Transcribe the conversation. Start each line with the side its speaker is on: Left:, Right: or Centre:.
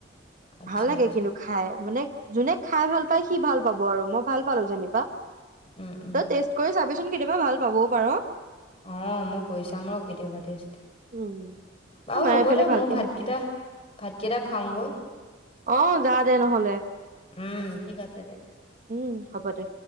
Left: আচ্ছা,
Right: ভাল লাগে
Left: আচ্ছা,
Right: কিন্তু খাই মানেৱ যোনে খাই ভাল পায় সি ভাল পাব আৰু মই ভাল পালো যেনিবা। ত
Left: উম, উম,
Right: টেষ্ট কৰি চাবি। কেতিয়াবা ভাল। পাবওঁ পাৰ।
Left: অঁ মই কৰি চাম আৰু কেতিয়াবা টষ্ট
Right: উম
Left: বাৰু
Right: আমাৰ
Left: হ'ব
Right: এইফালে
Left: দে
Right: ভালকে
Left: মই ভাতকেইটা
Right: নাপায়
Left: ভাতকেইটা খাওঁগৈ
Right: অঁ যাঁও দে নহলে!
Left: উম ঠিক আছে দে।
Right: উম হ'ব দে।